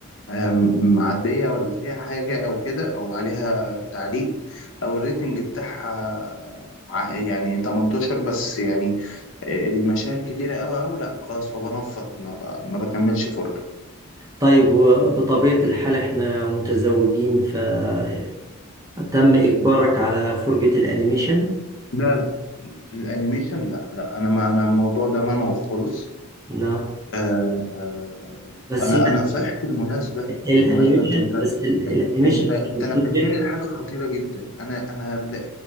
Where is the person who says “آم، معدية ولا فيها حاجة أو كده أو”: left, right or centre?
Left